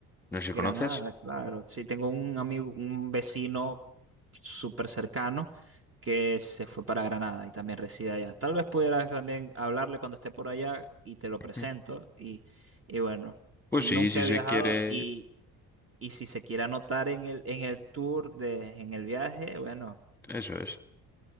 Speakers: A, in the centre; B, on the right.
A: no sé si
B: Granada,
A: conoces.
B: claro. Sí, tengo un amigo, un vecino súper cercano que se fue para Granada y también reside allá. Tal vez pudieras también hablarle cuando esté por allá y te lo presento.
A: Ujú.
B: Y, y bueno,
A: Pues
B: nunca
A: sí, si
B: he
A: se
B: viajado
A: quiere,
B: y, y si se quiere anotar en el, en el tour de, en el viaje, bueno.
A: eso es.